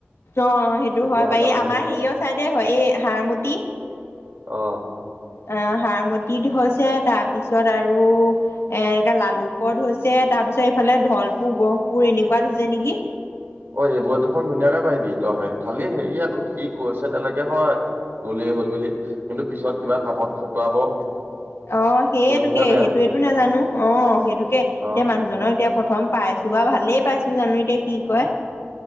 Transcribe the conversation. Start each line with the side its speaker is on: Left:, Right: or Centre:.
Left: অ, সেইটো
Right: তেতিয়াহ'লে
Left: হয় বাৰ এই
Right: পাৰিবি
Left: আমাৰ হেৰিয়ৰ চাইডে হয় এই হাৰমটি।
Right: অ।
Left: আ, হাৰমতিত হৈছে তাৰ পিছত আৰু এ, এনেকাে লালুকত হৈছে তাৰ পিছত এইফালে ধলপুৰ গহপুৰ। এনেকুৱাত হৈছে নেকি।
Right: অ, এইবোৰত দেখোন ধুনীয়াকে পাৰিবি তই হে, খালি হেৰি আকৌ সি কৈ ছে তেনেকে হয় গ'লেই হল বুলি, কিন্তু পিছত কিবা কামত খটুৱাব।
Left: অ, সেইটোকে
Right: সেইবোৰহে বেয়া
Left: সেইটোয়েতো নাজানো অ', সেইটোকে এতিয়া
Right: অ
Left: মানুহজননৰ এতিয়া প্ৰথম পাইছো বা ভালেই পাইছো জানো এতিয়া কি কয়।